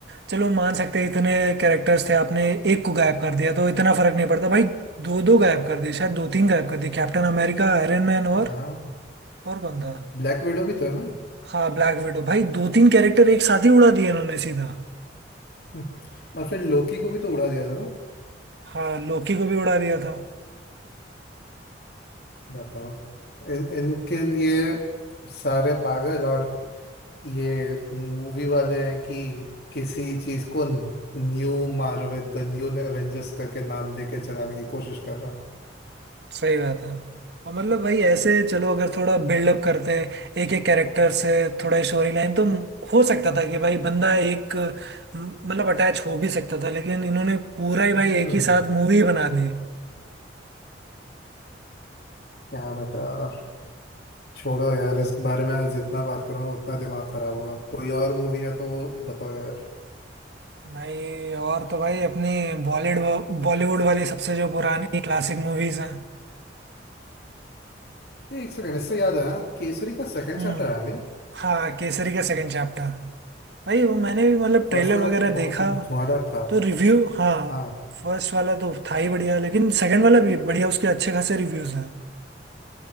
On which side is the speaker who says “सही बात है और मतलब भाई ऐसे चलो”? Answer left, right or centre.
Right